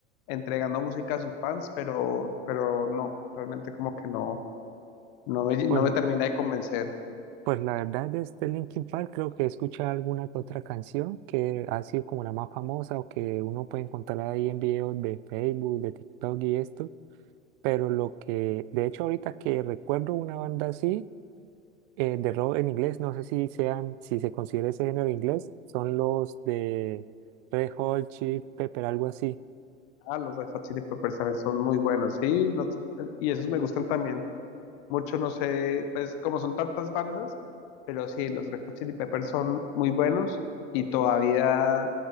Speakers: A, on the left; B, on the right.
A: entregando música a sus fans, pero, pero no, realmente como que no, no me,
B: Pues,
A: no me termina de convencer.
B: pues la verdad de este Linkin Park creo que he escuchado alguna que otra canción que ha sido como la más famosa o que uno puede encontrar ahí en videos de Facebook, de TikTok y esto. Pero lo que, de hecho ahorita que recuerdo una banda así, eh, de rock en inglés, no sé si sean, si se considera ese género inglés, son los de Red Hot Chili Pepper, algo así.
A: Ah, los Red Hot Chili Peppers también son muy buenos, sí, no- y esos me gustan también mucho, no sé, pues como son tantas bandas, pero sí, los Red Hot Chili Peppers son muy buenos y todavía